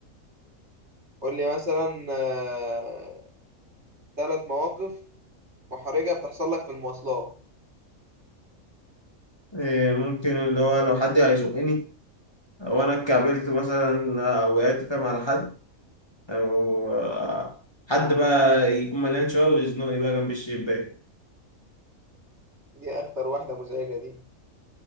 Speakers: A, on the right (about 50°); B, on the left (about 20°).
A: قول لي مثلا آه، ثلاث مواقف محرجة بتحصل لك في المواصلات
B: إيه، ممكن اللي هو لو حد هيزقني أو أنا اتكعبلت مثلا آه، وقعت فاهم على حد او آه، حد بقى يكون مليان شويه ويزنقني بقى جنب الشباك
A: دي أكتر واحدة مزعجة دي